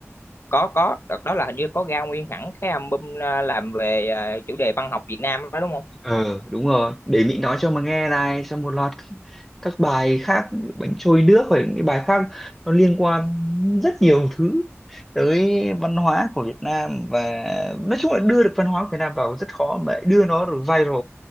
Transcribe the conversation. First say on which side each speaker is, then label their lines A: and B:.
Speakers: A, on the left; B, in the centre.
A: có có đợt đó là hình như có ra nguyên hẳn cái album à, làm về à, chủ đề văn học Việt Nam đó đúng không
B: ờ đúng rồi để Mỹ nói cho mà nghe này xong một loạt các, các bài khác ví dụ bánh trôi nước hoặc những cái bài khác nó liên quan rất nhiều thứ tới văn hóa của Việt Nam và nói chung là đưa được văn hóa của Việt Nam vào rất khó mà lại đưa nó được viral